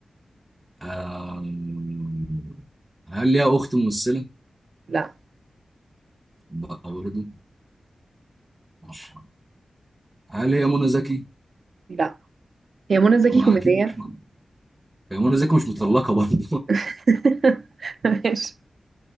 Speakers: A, on the right (about 20°); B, on the right (about 65°).
A: أم... هل ليها أخت ممثلة؟
B: لا
A: لا برضه مش هل هي منى زكي؟
B: لا هي منى زكي
A: ما
B: كوميدية
A: أكيد مش منى هي منى زكي مش مطلقة برضه
B: <laughs> ماشي